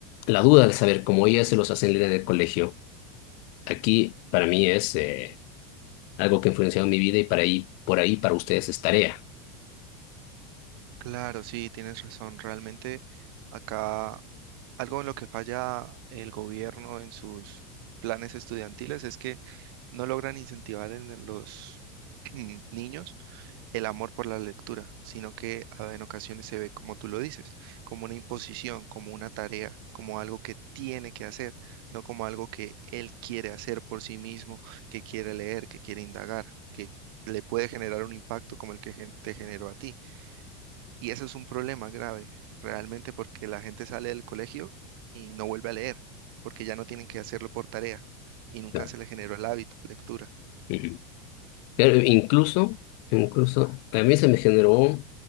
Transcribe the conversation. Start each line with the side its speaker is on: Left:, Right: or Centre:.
Left: la duda de saber cómo ellas se los hacen leer en el colegio. Aquí para mí es eh, algo que ha influenciado mi vida y para ahí, por ahí para ustedes es tarea.
Right: Claro, sí, tienes razón. Realmente acá algo en lo que falla el gobierno en sus planes estudiantiles es que no logran incentivar en el- los <clears throat> niños el amor por la lectura, sino que a- en ocasiones se ve, como tú lo dices, como una imposición, como una tarea, como algo que tiene que hacer, no como algo que él quiere hacer por sí mismo, que quiere leer, que quiere indagar, que le puede generar un impacto como el que gen- te generó a ti. Y eso es un problema grave, realmente, porque la gente sale del colegio y no vuelve a leer, porque ya no tienen que hacerlo por tarea y nunca
Left: Claro.
Right: se le generó el hábito de lectura.
Left: Ujú. Pero incluso, incluso, a mí se me generó, más